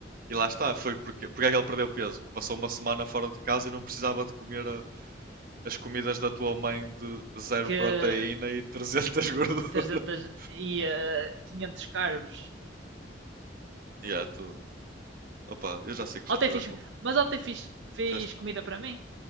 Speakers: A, on the right (about 50°); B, on the right (about 75°).
A: E lá está, foi porque, porque é que ele perdeu peso? Passou uma semana fora de casa e não precisava de comer a- as comidas da tua mãe de zero
B: que
A: proteína e 300 gordura.
B: e 300
A: <laughs>
B: e ah, 500 carbos.
A: E é, tu, opa, eu já sei que
B: Ontem
A: já tiveste
B: fiz,
A: um.
B: mas ontem fiz, fiz
A: fizeste-
B: comida para mim.